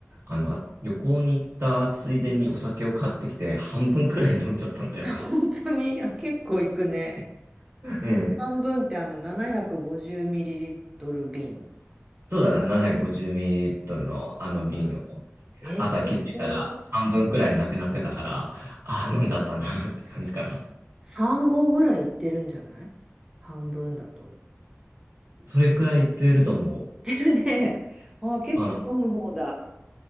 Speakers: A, on the right; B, on the right.
A: あのあ旅行に行ったついでにお酒を買ってきて半分くらい飲んじゃったんだよね。
B: <laughs> 本当に、あ、結構いくね。
A: うん。
B: 半分ってあの、750ml 瓶。
A: そうだね、750ml のあの瓶を。
B: あえ、
A: 朝気づいたら半分くらいなくなってたから、
B: 結構
A: ああ、飲んじゃったなって感じかな。
B: 3合ぐらいいってるんじゃない半分だと。
A: それくらいいってるとも
B: いってるね。あ、結構飲む方だ。
A: う、あの、